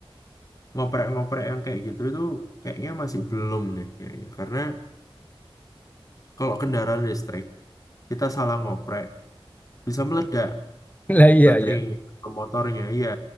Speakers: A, on the left; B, on the left.
A: ngoprek-ngoprek yang kayak gitu itu kayaknya masih belum deh kayaknya karena kalau kendaraan listrik kita salah ngoprek bisa meledak
B: <laughs> lah iya
A: baterainya
B: iya
A: atau motornya iya